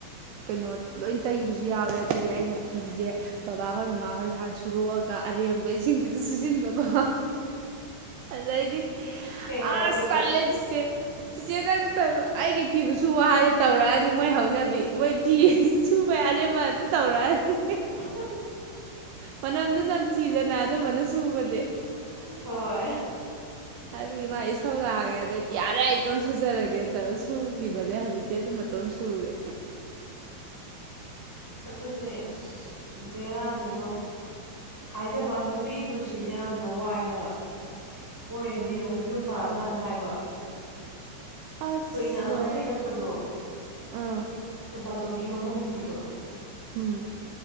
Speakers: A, on the right; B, in the centre.
A: ꯀꯩꯅꯣ ꯂꯣꯏ ꯇꯩꯕꯁꯨ ꯌꯥꯎꯋꯦ ꯑꯗꯨꯒꯤ ꯑꯩꯅ ꯐꯤꯁꯦ ꯕꯕꯥꯍꯣꯏ ꯃꯃꯥꯍꯣꯏ ꯍꯥꯟ ꯁꯨꯔꯣꯛꯑꯒ ꯑꯔꯦꯝꯕ ꯏꯁꯤꯡꯁꯤꯗ ꯁꯨꯖꯤꯟꯕꯀꯣ ꯑꯗꯗꯤ
B: ꯀꯩ ꯍꯥꯏꯔꯛꯀꯦꯕ
A: ꯑꯁ ꯇꯂꯦ ꯆꯁꯦ ꯆꯤꯆꯦꯗ ꯑꯩꯒꯤ ꯐꯤꯕꯨꯁꯨ ꯋꯥꯗꯤ ꯇꯧꯔꯛꯑꯅꯤ ꯃꯣꯏ ꯍꯧꯅꯕꯤ ꯃꯣꯏ ꯐꯤ ꯁꯨꯕ ꯌꯥꯔꯦ ꯑꯃ ꯑꯗꯨꯝ ꯇꯧꯔꯛꯑꯅꯤ
B: <inaudible>
A: ꯃꯅꯝꯗꯨ ꯅꯝ ꯆꯤꯗꯅ ꯑꯗꯨꯝꯕꯅ ꯁꯨꯕꯗꯤ
B: ꯍꯣꯏ
A: ꯑ ꯏꯃ ꯁꯧ ꯂꯥꯛꯑꯒꯦ ꯑꯗꯩꯗꯤ ꯌꯥꯔꯦ ꯑꯩ ꯏꯇꯣꯟꯝ ꯁꯨꯖꯔꯒꯦꯅ ꯇꯧ ꯁꯨꯈꯤꯕꯗꯩ ꯍꯧꯖꯤꯛꯇꯤ ꯑꯗꯨ ꯃꯇꯇꯣꯟ ꯁꯨꯔꯦ
B: ꯑꯗꯨꯅꯦ ꯑꯁ ꯕꯦꯔꯥꯅꯤꯀꯣ ꯍꯥꯏꯖꯕꯅꯤ ꯅꯨꯄꯤꯒꯤ ꯄꯨꯟꯁꯤꯁꯦ ꯌꯥꯝꯅ ꯋꯥꯏ ꯍꯥꯏꯕ ꯃꯣꯏꯗꯤ ꯌꯦꯡꯉ ꯌꯨꯝ ꯄꯥꯜꯂꯀꯥꯟꯗ ꯍꯥꯏꯕ ꯑꯩꯈꯣꯏ
A: ꯑꯁ
B: ꯏ ꯑꯩꯈꯣꯏ
A: ꯂꯣꯏꯔꯦ
B: ꯏꯅꯝꯃꯗꯣ ꯑꯩꯈꯣꯏ
A: ꯑꯥ
B: ꯕꯥꯖꯧꯒꯤ ꯃꯃꯧ ꯅꯨꯄꯤꯗꯣ
A: ꯎꯝ